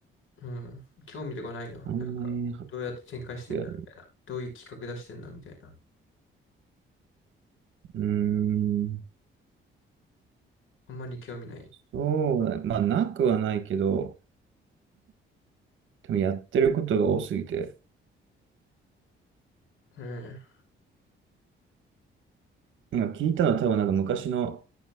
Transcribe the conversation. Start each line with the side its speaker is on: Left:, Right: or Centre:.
Left: うん。興味とかないのなんか、
Right: あんまり、い
Left: どうやって展開してんだみたいな。
Right: や、
Left: どういう企画出してんだみたいな。
Right: うーん、
Left: あんまり興味ない。
Right: そうだね。まあなくはないけど、多分やってることが多すぎて、
Left: うん
Right: 今聞いたのは多分なんか昔の、